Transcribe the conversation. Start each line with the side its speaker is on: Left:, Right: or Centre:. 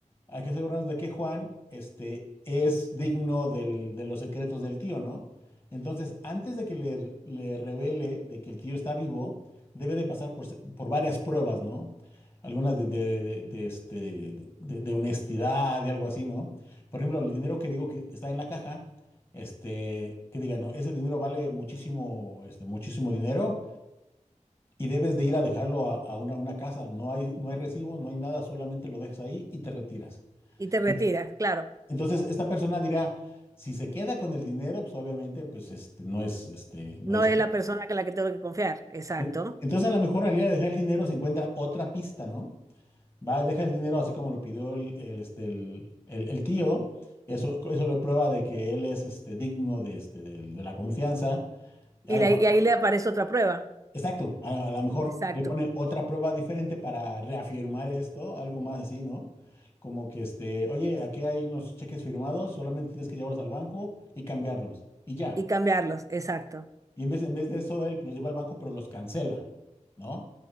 Left: hay que asegurarnos de que Juan este, es digno del- de los secretos del tío, ¿no? Entonces, antes de que le, le revele de que el tío está vivo, debe de pasar por, se- por varias pruebas, ¿no? Algunas de, de- de- de, este, de de honestidad, de algo así, ¿no? Por ejemplo, el dinero que digo que está en la caja este, que digan, no, ese dinero vale muchísimo, este, muchísimo dinero y debes de ir a dejarlo a, a una, una casa. No hay, no hay recibo, no hay nada, solamente lo dejas ahí y te retiras.
Right: Y te retiras,
Left: Ent-
Right: claro,
Left: Entonces, esta persona dirá, si se queda con el dinero, pues obviamente, pues este, no es, este, no
Right: no
Left: es.
Right: es la persona que la que tengo que confiar, exacto.
Left: En- Entonces, a lo mejor al ir a dejar el dinero se encuentra otra pista, ¿no? Va, deja el dinero así como lo pidió el, el, este, el, el- el tío. Eso, eso le prueba de que él es este, digno de, este, de de la confianza.
Right: Y,
Left: A lo
Right: la-
Left: mejor
Right: y ahí le aparece otra prueba.
Left: Exacto, a, a lo mejor
Right: Exacto.
Left: le pone otra prueba diferente para reafirmar esto, algo más así, ¿no? Como que este, oye, aquí hay unos cheques firmados, solamente tienes que llevarlos al banco y cambiarlos, y ya.
Right: Y cambiarlos, exacto.
Left: Y en vez, en vez de eso, él los lleva al banco, pero los cancela, ¿no?